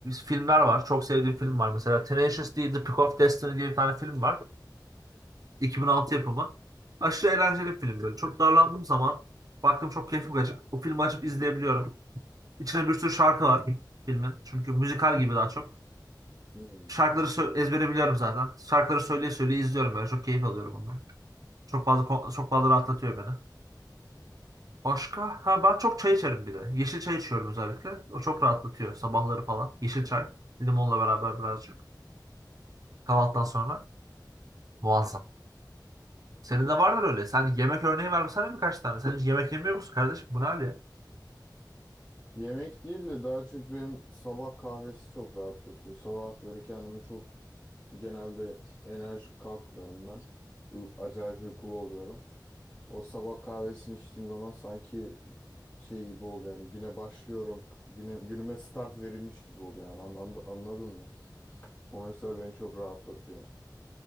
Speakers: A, on the right; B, on the left.
A: filmler var. Çok sevdiğim film var. Mesela Tenacious D, The Pick of Destiny diye bir tane film var. 2006 yapımı. Aşırı eğlenceli bir film böyle. Çok darlandığım zaman baktım çok keyifli kaçıp o filmi açıp izleyebiliyorum. İçine bir sürü şarkı var filmin. Çünkü müzikal gibi daha çok.
B: Hmm.
A: Şarkıları sö- ezbere biliyorum zaten. Şarkıları söyleye söyleye izliyorum böyle. Çok keyif alıyorum ondan. Çok fazla ko- çok fazla rahatlatıyor beni. Başka? Ha ben çok çay içerim bir de. Yeşil çay içiyorum özellikle. O çok rahatlatıyor sabahları falan. Yeşil çay. Limonla beraber birazcık. Kahvaltıdan sonra. Muazzam. Senin de vardır öyle. Sen yemek örneği vermesene birkaç tane. Sen hiç yemek yemiyor musun kardeşim? Bu ne hal ya?
B: Yemek değil de daha çok benim sabah kahvesi çok rahatlatıyor. Sabah böyle kendimi çok genelde enerjik kalkmıyorum ben. Uy- Acayip uykulu oluyorum. O sabah kahvesini içtiğim zaman sanki şey gibi oluyor yani güne başlıyorum. Güne, günüme start verilmiş gibi oluyor yani An- an- anladın mı? O mesela beni çok rahatlatıyor.